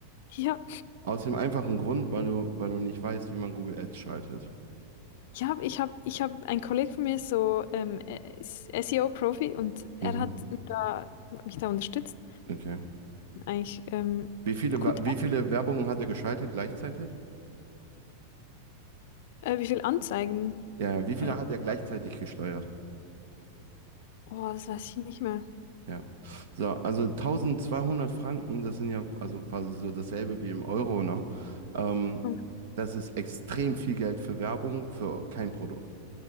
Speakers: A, on the left; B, on the right.
A: Ja,
B: Aus dem einfachen Grund, weil du, weil du nicht weißt, wie man Google Ads schaltet.
A: Ich habe, ich habe, ich habe, ein Kollege von mir ist so ähm, äh, ist SEO-Profi und er
B: Mhm,
A: hat mich da, mich da unterstützt.
B: okay.
A: Eigentlich ähm,
B: Wie viele,
A: gut.
B: Wa- wie viele Werbungen hat er geschaltet gleichzeitig?
A: Äh, wie viel Anzeigen?
B: Ja, ja, wie viele
A: Äh,
B: hat er gleichzeitig gesteuert?
A: oh, das weiß ich nicht mehr.
B: Ja. So, also 1200 Franken, das sind ja also quasi so dasselbe wie im Euro, ne? Ähm,
A: Und,
B: das ist extrem viel Geld für Werbung, für kein Produkt,